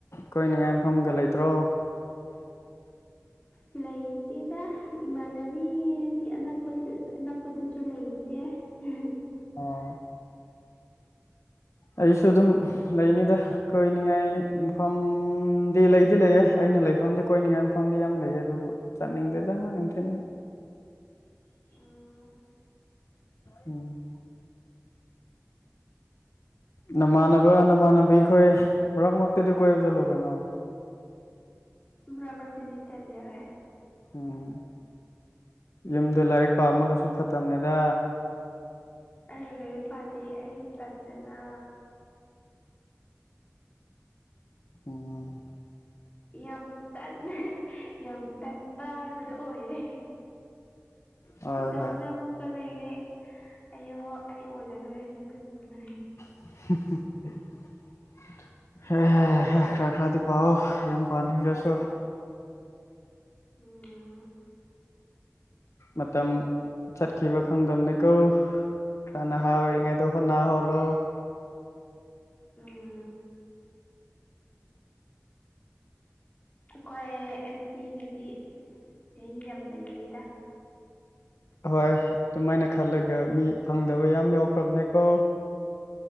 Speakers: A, on the left; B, on the left.
A: ꯀꯣꯏꯅꯤꯡꯉꯥꯏ ꯃꯐꯝꯒ ꯂꯩꯇ꯭ꯔꯣ <inaudible>
B: ꯂꯩꯇꯦꯗ ꯏꯃꯥꯟꯅꯕꯤꯁꯤ ꯑꯅꯛꯄꯁꯨ ꯑꯅꯛꯄꯗꯁꯨ ꯂꯩꯇꯦ <unintelligible>
A: ꯑꯣ ꯑꯩꯁꯨ ꯑꯗꯨꯝ ꯂꯩꯅꯤꯗ ꯀꯣꯏꯅꯤꯡꯉꯥꯏ ꯃꯐꯝꯗꯤ ꯂꯩꯗꯤ ꯂꯩꯑ‌ꯦ ꯑꯩꯅ ꯂꯩꯐꯝꯗꯤ ꯀꯣꯏꯅꯤꯡꯉꯥꯏ ꯃꯐꯝꯗꯤ ꯌꯥꯝ ꯂꯩꯌꯦ ꯑꯗꯨꯕꯨ ꯆꯠꯅꯤꯡꯗꯦꯗ ꯅꯨꯡꯊꯤꯟ
B: <unintelligible>
A: ꯎꯝ ꯅꯃꯥꯟꯅꯕ ꯅꯃꯥꯟꯅꯕꯤ ꯈꯣꯏ ꯃꯔꯛ ꯃꯔꯛꯇꯗꯤ ꯀꯣꯏꯕ ꯆꯠꯂꯨ ꯀꯩꯅꯣ
B: ꯃꯔꯛ ꯃꯔꯛ ꯇꯗꯤ ꯆꯠꯂꯤ ꯍꫭꯏ
A: ꯎꯝ ꯌꯨꯝꯗ ꯂꯥꯏꯔꯤꯛ ꯄꯥꯝꯃꯂꯨꯁꯨ ꯐꯠꯇꯕꯅꯦꯗ
B: ꯑꯩ ꯂꯥꯏꯔꯤꯛ ꯄꯥꯗꯤ ꯑꯩ ꯇꯟꯗꯅ
A: ꯎꯝ
B: ꯌꯥꯝ ꯇꯟ ꯌꯥꯝ ꯇꯟꯕ ꯍꯥꯏꯕꯗꯨ ꯑꯣꯏꯔꯦ
A: ꯍꯣꯏ
B: ꯏꯇꯣꯝꯗ
A: ꯍꯣꯏ
B: ꯑꯃꯨꯛꯀ ꯂꯩꯔꯦ ꯑꯩ ꯑꯩ ꯑꯣꯏꯒꯔꫭꯏ ꯍꯥꯏꯅ ꯈꯟꯕꯅꯦ
A: <unintelligible> <unintelligible> ꯈꯔ ꯈꯔꯗꯤ ꯄꯥꯎ ꯌꯥꯝ ꯄꯥꯅꯤꯡꯗꯔꯁꯨ
B: ꯎꯝ
A: ꯃꯇꯝ ꯆꯠꯈꯤꯕ ꯈꯪꯗꯝꯅꯦꯀꯣ ꯈꯔ ꯅꯍꯥ ꯑꯣꯏꯔꯤꯉꯩꯏꯗ ꯍꯣꯠꯅ ꯍꯧꯔꫭ
B: ꯎꯝ ꯑꯩꯈꯣꯏ ꯑꯦꯁ ꯇꯤꯒꯤꯗꯤ ꯆꯍꯤ ꯌꯥꯝ ꯂꯩꯔꯤꯗ
A: ꯍꯣꯏ ꯑꯗꯨꯃꯥꯏꯅ ꯈꯜꯂꯒ ꯃꯤ ꯐꯪꯗꯕ ꯌꯥꯝ ꯌꯥꯎꯈꯤ ꯁꯅꯤ <unintelligible> ꯀꯣ